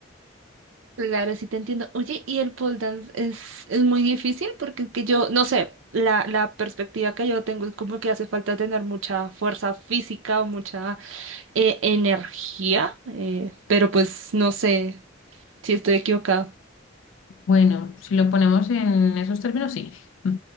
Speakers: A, on the right; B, on the left.
A: Claro, sí te entiendo. Oye, ¿y el pole dance es, es muy difícil? Porque es que yo, no sé, la, la perspectiva que yo tengo es como que hace falta tener mucha fuerza física o mucha eh, energía, eh, pero pues no sé si estoy equivocada.
B: Bueno, si lo ponemos en esos términos, sí. <laughs>